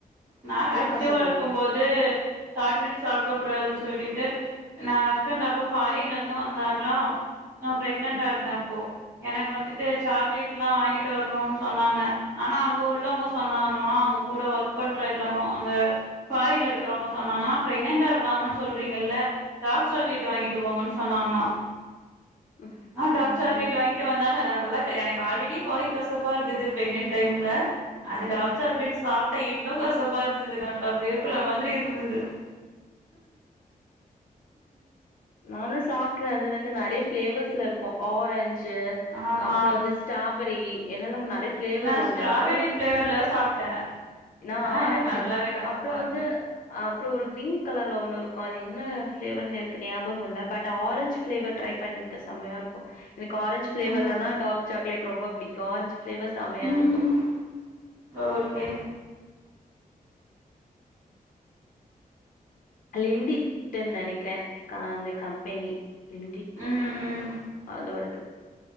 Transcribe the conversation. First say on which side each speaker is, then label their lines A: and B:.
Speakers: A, on the right (about 20°); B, on the left (about 65°).
A: நா கன்சிவா
B: கசக்கும்.
A: ருக்குபோது, சாக்லேட் சாப்ட கூடாதுன்னு சொல்லிட்டு, நா ஹஸ்பண்ட் அப்போ ஃபாரின்ல இருந்து வந்தாங்களா நா பிரெக்னன்டா
B: ம்
A: இருந்த அப்போ எனக்கு வந்துட்டு சாக்லேட் எல்லா வாங்கிட்டு வரணுனு சொன்னாங்க ஆனா அங்க உள்ளவங்க சொன்னாங் களா அவங்க கூட ஒர்க் பண்ற எல்லாரு அங்க ஃபாரின்ல இருக்கிறவங்க சொன்னாங்கலா பிரெக்னன்டா இருக்கான்னு சொல்றீங்கல்ல டார்க் சாக்லேட் வாங்கிட்டு போங்கன் சொன்னாங்களா
B: <inaudible>
A: ஆ டார்க்
B: ஓகே
A: சாக்லேட் வாங்கி ட்டு வந்தாங்க நல்ல எனக்கு ஆல்ரெடி வாய் கசப்பா இருந்துது பிரெக்னன்ட் டைம்ல அந்த
B: ம்.
A: டார்க்
B: ஆ
A: சாக்லேட் சாப்ட்டா இன்னு கசப்பா இருந்துது நல்லா வேப்பல மாதிரி இருந்துது
B: நானு சாப்ட்ற அது வந்து நறயா ப்ளேவர்ஸ்ல இருக்கு ஆரஞ்சு
A: ஆமா
B: அப்றோ வந்து ஸ்ராபெரி என்னெல்லாமோ நறைய ஃப்ளேவர்
A: நா
B: உண்டு
A: ஸ்ட்ராபெரி
B: அதல வந்து
A: ஃபிளேவர்ல சாப்ட்டே
B: நா
A: ஆனா
B: ஆரஞ்சு
A: எனக்கு நல்லாவே கசப்பா
B: அப்பறோ
A: இருந்து
B: வந்து ஆ அப்பறோ ஒரு க்ரீன் கலர்ல ஒன்னு இருக்கு அது என்ன ஃப்ளேவர்னு எனக் கு ஞாபகோ இல்ல பட் ஆரஞ்ச் ஃப்ளேவர் ட்ரை பண்ணிருக்க சமையா இருக்கு எனக்கு ஆரஞ்ச் ஃப்ளேவர்லதா
A: ம்
B: டார்க் சாக்லெட் ரொம்ப புடிக்கு ஆரஞ்ச் ஃபிளேவர் செம்மையா
A: ம்
B: இருக்கு.
A: ஓகே
B: லிண்டிட்டன் நெனைக்கிறே கா அந்த கம்பெனி லிண்டிட்
A: ம் ம்
B: அதோடது